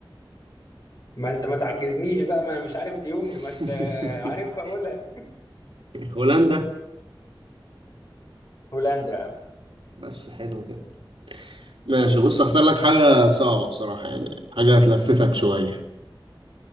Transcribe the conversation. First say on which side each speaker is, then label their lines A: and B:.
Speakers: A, on the left; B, on the right.
A: ما انت ما تعجزنيش بقى ما انا مش عارف ديونج
B: <laughs>
A: ما ت- آه، عارفها اقولها
B: هولندا
A: هولندا يا عم.
B: بس حلو كده ماشي بص اختار لك حاجة صعبة بصراحة يعني حاجة هتلففك شوية